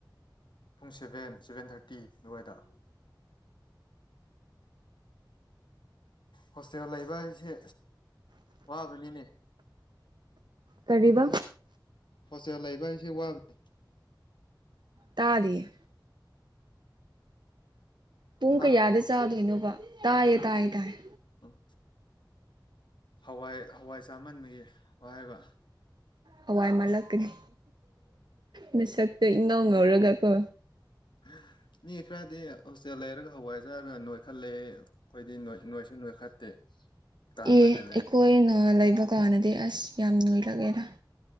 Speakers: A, on the left; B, on the right.
A: ꯄꯨꯡ ꯁꯦꯚꯦꯟ ꯁꯚꯦꯟ ꯊꯥꯔꯇꯤ ꯑꯗꯨꯋꯥꯏꯗ꯫ ꯍꯣꯁꯇꯦꯜ ꯂꯩꯕ ꯍꯥꯏꯁꯦ ꯋꯥꯕꯅꯤꯅꯦ꯫
B: ꯀꯔꯤꯕ꯫
A: ꯍꯣꯇꯦꯜ ꯂꯩꯕ ꯍꯥꯏꯁꯦ ꯋꯥꯕꯅꯦ꯫
B: ꯇꯥꯗꯤꯌꯦ꯫ ꯄꯨꯡ
A: ꯇꯥꯗꯕ꯭ꯔꯣ
B: ꯀꯌꯥꯗ ꯆꯥꯗꯣꯏꯅꯣꯕ ꯇꯥꯏꯌꯦ ꯇꯥꯏꯌꯦ ꯇꯥꯏꯌꯦ
A: ꯎꯝ ꯍꯋꯥꯏ ꯍꯋꯥꯏ ꯆꯥꯃꯟꯕꯒꯤ ꯋꯥꯏ ꯍꯥꯏꯕ
B: ꯍꯋꯥꯏ ꯃꯥꯜꯂꯛꯀꯅꯤ ꯃꯁꯛꯇꯣ ꯏꯪꯉꯧ ꯉꯧꯔꯒ ꯀꯣ
A: <inaudible> ꯃꯤ ꯈꯔꯗꯤ ꯍꯣꯁꯇꯦꯜ ꯂꯩꯔꯒ ꯍꯋꯥꯏ ꯆꯥꯔꯒ ꯅꯣꯏꯈꯠꯂꯦꯌꯦ ꯑꯩꯈꯣꯏꯗꯤ ꯅꯣꯏꯁꯨ ꯅꯣꯏꯈꯠꯇꯦ ꯀꯪꯉꯒ
B: ꯑꯦ ꯑꯩꯈꯣꯏꯅ
A: ꯂꯩ
B: ꯂꯩꯕ ꯀꯥꯟꯅꯗꯤ ꯑꯁ ꯌꯥꯝ ꯅꯣꯏꯔꯛꯑꯦꯗ